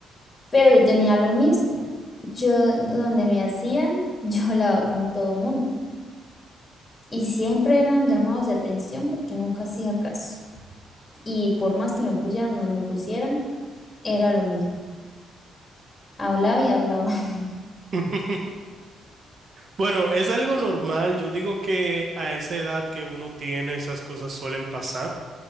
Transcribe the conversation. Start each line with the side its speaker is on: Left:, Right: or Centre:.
Left: pero yo tenía lo mismo. Yo, donde me hacían, <laughs> yo hablaba con todo el mundo y siempre eran llamados de atención porque nunca hacía caso. Y por más que me pusieran donde me pusieran, era lo mismo. Hablaba y hablaba. <laughs>
Right: <laughs> Bueno, es algo normal. Yo digo que a esa edad que uno tiene, esas cosas suelen pasar.